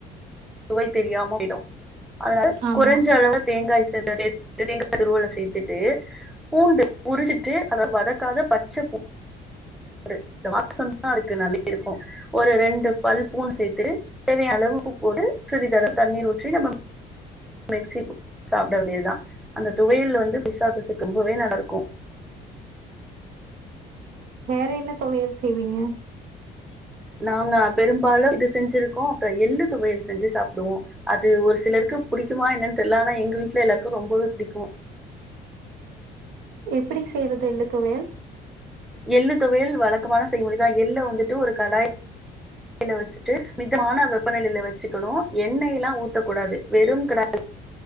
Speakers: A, in the centre; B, on the right.
A: சுவை தெரியாம போயிடும் அதனால
B: ஆமா
A: குறைஞ்ச அளவ தேங்காய் <unintelligible> தேங்காய் துருவல சேத்துட்டு பூண்டு உரிச்சுட்டு அத வதக்காத பச்ச பூ ஒரு <unintelligible> அதுக்கு <unintelligible> இருக்கும் ஒரு ரெண்டு பல் பூண்டு சேத்துட்டு தேவையான அளவு உப்பு போட்டு சிறிதளவு தண்ணீர் ஊற்றி நம்ம மிக்சி <unintelligible> சாப்ட வேண்டியதுதான் அந்த துவையல் வந்து புளி சாதத்துக்கு ரொம்பவே நல்ல இருக்கும்
B: வேற என்ன தொவையல் செய்வீங்க
A: நாங்க பெரும்பாலும் இது செஞ்சிருக்கோம் அப்புறம் எள்ளு துவையல் செஞ்சு சாப்புடுவோம் அது ஒரு சிலருக்கு புடிக்குமா என்னனு தெரில ஆனா எங்க வீட்ல எல்லாருக்கும் ரொம்பவே பிடிக்கும்
B: எப்புடி செய்யுறது எள்ளு துவையல்
A: எள்ளு துவையல் வழக்கமான செய் முறைதா எள்ள வந்துட்டு ஒரு கடாய் டில வச்சுட்டு மிதமான வெப்பநிலையில வச்சுக்கணும் எண்ணெய எல்லாம் ஊத்தக்கூடாது வெறும் கிடா <unintelligible>